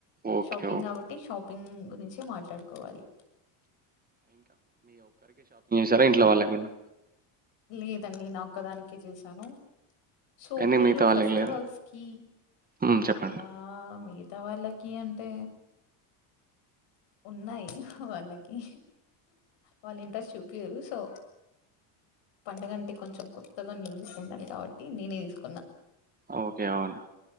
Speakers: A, on the right; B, on the left.
A: ఓకే.
B: షాపింగ్
A: ఓ
B: కాబట్టి షాప్ పింగ్ గురించి మాట్లాడుకోవాలి
A: సర ఇంట్లో వాళ్ళకి గూడా?
B: లేదు ఇన్ని నా ఒక్కదానికే చేశాను సో
A: ఎందుకు
B: మీరు
A: మిగతా వాళ్ళకి
B: ఫెస్టివల్స్
A: లేదా?
B: కి
A: హ్మ్. చెప్పండి.
B: యా మీరు మిగతా వాళ్ళకి అంటే ఉన్నాయి వాళ్ళకి వాళ్ళు ఇంట్రెస్ట్ చూపియ్యారు సో పండగంటే కొంచెం కొత్తగా న్యూ లుక్ ఉండాలి కాబట్టి నేనే తీసుకున్నా
A: ఓకే అవును